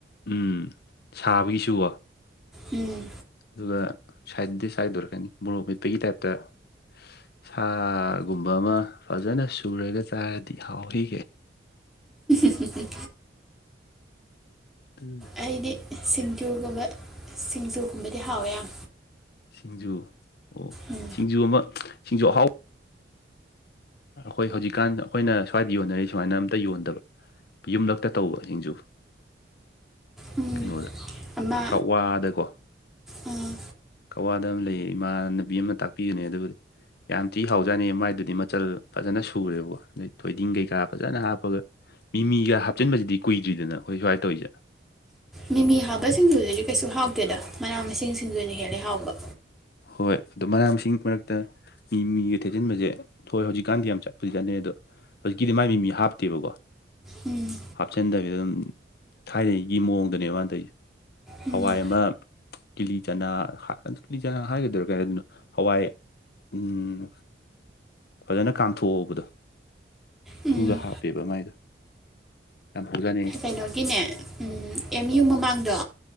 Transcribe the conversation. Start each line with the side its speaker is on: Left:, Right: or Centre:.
Left: ꯎꯝ ꯁꯥꯕꯒꯤꯁꯨꯀꯣ
Centre: ꯎꯝ
Left: ꯑꯗꯨꯒ ꯁꯥꯏꯠꯇ ꯗꯤꯁ ꯍꯥꯏꯗꯨꯔ ꯀꯩꯅꯣ ꯃꯣꯔꯣꯛ ꯃꯦꯠꯄꯒꯤ ꯇꯥꯏꯞꯇ ꯁꯥꯒꯨꯝꯕ ꯑꯃ ꯐꯖꯅ ꯁꯨꯔꯒ ꯆꯥꯔꯗꯤ ꯍꯥꯎꯍꯦ
Centre: ꯍꯨꯝꯍꯨꯝ
Left: ꯎꯝ
Centre: ꯑꯩꯗꯤ ꯁꯤꯡꯖꯨꯒꯨꯝꯕ ꯁꯤꯡꯖꯨꯒꯨꯝꯕꯗꯤ ꯍꯥꯎꯋꯦ ꯌꯥꯝ
Left: ꯁꯤꯡꯖꯨ ꯑꯣ
Centre: ꯎꯝ
Left: ꯁꯤꯡꯖꯨ ꯑꯃ ꯁꯤꯡꯖꯨ ꯑꯍꯥꯎ ꯑꯩꯈꯣꯏ ꯍꯧꯖꯤꯛꯀꯥꯟ ꯑꯩꯈꯣꯏꯅ ꯁ꯭ꯋꯥꯏꯗ ꯌꯣꯟꯅꯔꯤ ꯁꯨꯃꯥꯏꯅ ꯑꯝꯇ ꯌꯣꯟꯗꯕ ꯌꯨꯝꯂꯛꯇ ꯇꯧꯕ ꯁꯤꯡꯖꯨ
Centre: ꯎꯝ
Left: ꯀꯩꯅꯣꯗ
Centre: ꯑꯃ
Left: ꯀꯛꯋꯥꯗꯀꯣ
Centre: ꯎꯝ
Left: ꯀꯛꯋꯥꯗ ꯑꯃ ꯂꯩꯌꯦ ꯏꯃꯥꯟ ꯅꯕꯤ ꯑꯃꯅ ꯇꯥꯛꯄꯤꯕꯅꯦ ꯑꯗꯨꯕꯨꯗꯤ ꯌꯥꯝ ꯊꯤ ꯍꯥꯎꯖꯥꯠꯅꯤ ꯃꯥꯏꯗꯨꯗꯤ ꯃꯆꯜ ꯐꯖꯅ ꯁꯨꯔꯦꯕꯀꯣ ꯑꯗꯩ ꯊꯣꯏꯗꯤꯡ ꯀꯩꯀꯥ ꯐꯖꯅ ꯍꯥꯞꯄꯒ ꯃꯤꯃꯤꯒ ꯍꯥꯞꯆꯤꯟꯕꯖꯤꯗꯤ ꯀꯨꯏꯗ꯭ꯔꯤꯗꯅ ꯑꯩꯈꯣꯏ ꯁ꯭ꯋꯥꯥꯏ ꯇꯧꯏꯖꯦ
Centre: ꯃꯤꯃꯤ ꯍꯥꯞꯄ ꯁꯤꯡꯖꯨꯖꯤꯗꯤ ꯀꯩꯁꯨ ꯍꯥꯎꯇꯦꯗ ꯃꯅꯥ ꯃꯁꯤꯡ ꯁꯤꯡꯖꯨꯅ ꯍꯦꯜꯂꯦ ꯍꯥꯎꯕ
Left: ꯍꯣꯏ ꯑꯗꯣ ꯃꯅꯥ ꯃꯁꯤꯡ ꯃꯔꯛꯇ ꯃꯤꯃꯤꯒ ꯇꯩꯁꯤꯟꯕꯖꯦ ꯍꯣꯏ ꯍꯧꯖꯤꯛꯀꯥꯟꯗꯤ ꯌꯥꯝ ꯆꯠꯄꯨꯗꯤ ꯆꯠꯅꯩ ꯑꯗꯣ ꯍꯧꯖꯤꯛꯀꯤꯗꯤ ꯃꯥꯏ ꯃꯤ ꯃꯤ ꯍꯥꯞꯇꯦꯕꯀꯣ
Centre: ꯎꯝ
Left: ꯍꯥꯞꯆꯟꯗꯕꯤꯗ ꯑꯗꯨꯝ ꯊꯥꯏꯅꯒꯤ ꯃꯑꯣꯡꯗꯅꯦ ꯃꯥꯅ ꯇꯧꯏꯖꯦ
Centre: ꯎꯝ
Left: ꯍꯋꯥꯏ ꯑꯃ ꯀꯤꯂꯤꯆꯅꯥ ꯍꯥꯞ ꯀꯤꯂꯤ ꯆꯅꯥ ꯍꯥꯏꯒꯗꯨꯏꯔꯥ ꯀꯩ ꯍꯥꯏꯗꯨꯅꯣ ꯍꯋꯥꯏ ꯎꯝ ꯐꯖꯅ ꯀꯥꯝꯊꯣꯛꯑꯕꯗꯣ
Centre: ꯎꯝ
Left: ꯗꯨꯒ ꯍꯥꯞꯄꯦꯕ ꯃꯥꯏꯗꯣ ꯌꯥꯝ ꯊꯨꯖꯥꯠꯅꯤ
Centre: ꯀꯩꯅꯣꯒꯤꯅꯦ ꯎꯝ ꯑꯦꯝ ꯌꯨ ꯃꯃꯥꯡꯗꯣ